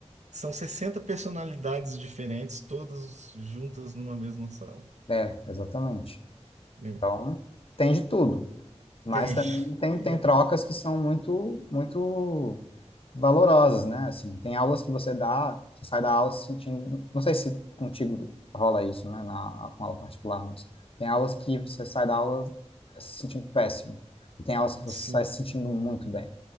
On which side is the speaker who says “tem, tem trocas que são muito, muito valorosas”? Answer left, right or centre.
Left